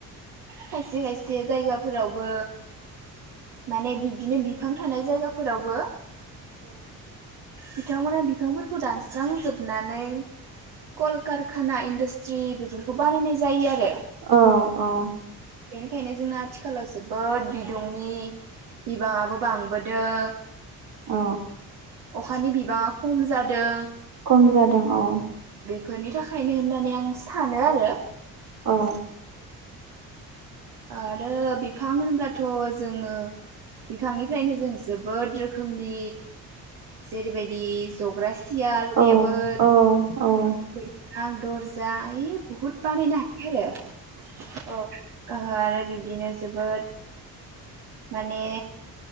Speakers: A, on the right; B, on the right.
A: खाय से खायसे जायगाफोरावबो माने बिबदिनो बिफां थानाय जायगाफोरावबो बिथांमोना बि फांफोरखौ दानस्रांजोबनानै कलकारखाना इन्डास्ट्रि बेफोरखौ बानायनाय जायो आरो
B: औ औ
A: बेनिखायनो जोंना आथिखालाव जोबोद बिदुंनि बिबाङाबो बांबोदों।
B: औ
A: अखानि बिबाङा खम जादों।
B: खम जादों औ।
A: फोरनि थाखायनो होननानै आं सानो आरो।
B: औ
A: आरो बिफां होनब्लाथ' जोङो बिफांनिफ्रायनो जों जोबोद रोखोमनि जेरैबायदि जग्रा सियार
B: औ
A: टेबोल।
B: औ
A: बै सां दरजा ओइ बुहुद बानायनो हायो आरो औ। ओ आरो बिबदिनो जोबोद माने